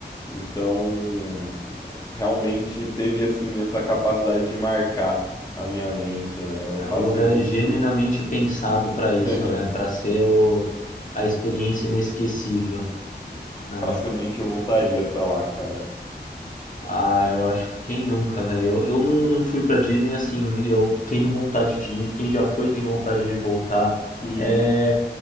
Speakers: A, on the left; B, on the left.
A: Então, realmente teve assim essa capacidade de marcar a minha mente, né? Eu
B: é,
A: facilmente,
B: o lugar é genuinamente pensado pra isso,
A: <laughs>
B: né? Pra ser o, a experiência inesquecível, né?
A: facilmente eu voltaria pra lá, cara.
B: Ah, eu acho que quem nunca, né? Eu, eu não, não fui pra Disney assim, eu tenho vontade de ir, quem já foi tem vontade de voltar.
A: Sim.
B: É,